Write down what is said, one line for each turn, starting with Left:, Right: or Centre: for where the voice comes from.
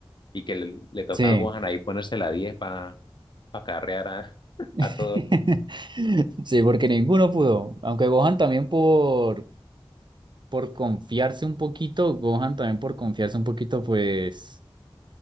Left: y que le, le toca
Right: Sí.
Left: a Gohan ahí ponerse la 10 para carrear a, <laughs>
Right: <laughs>
Left: a todo
Right: Sí, porque ninguno pudo. Aunque Gohan también por por confiarse un poquito, Gohan también por confiarse un poquito, pues,